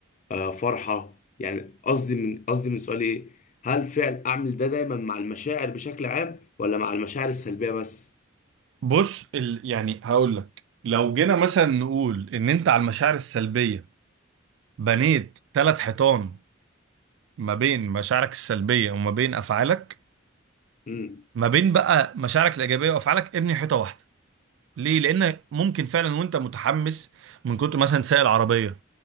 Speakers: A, on the left (about 40°); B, on the right (about 65°).
A: آه، فرحة يعني قصدي من قصدي من سؤالي ايه هل فعل اعمل ده دايما مع المشاعر بشكل عام ولا مع المشاعر السلبية بس
B: بص ال... يعني هقول لك لو جينا مثلا نقول ان انت على المشاعر السلبية بنيت ثلاث حيطان ما بين مشاعرك السلبية وما بين افعالك
A: امم
B: ما بين بقى مشاعرك الايجابية وافعالك ابني حيطة واحدة ليه لان ممكن فعلا وانت متحمس من كتر مثلا سايق العربية